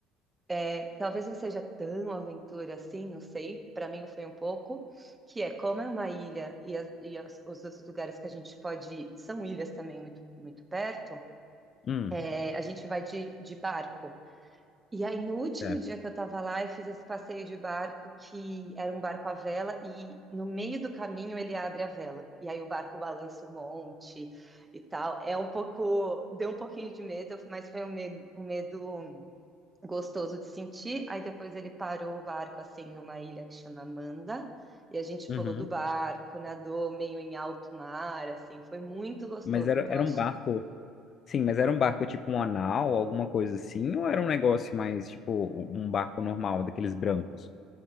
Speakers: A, on the right; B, on the left.
A: é, talvez não seja tão aventura assim, não sei, para mim foi um pouco, que é como é uma ilha e, as- e as- os outros lugares que a gente pode ir são ilhas também muito, muito perto,
B: Hum,
A: é, a gente vai de, de barco. E aí, no último
B: certo.
A: dia que eu tava lá, eu fiz esse passeio de barco que era um barco à vela e no meio do caminho ele abre a vela. E aí o barco balança um monte e tal. É um pouco, deu um pouquinho de medo, mas foi um medo, um medo gostoso de sentir. Aí depois ele parou o barco assim numa ilha que chama Manda e a gente pulou
B: Uhum.
A: do barco, nadou meio em alto mar, assim, foi muito gostoso.
B: Mas era,
A: Então
B: era
A: acho
B: um barco, sim, mas era um barco tipo um anal, alguma coisa assim, ou era um negócio mais tipo um barco normal, daqueles brancos?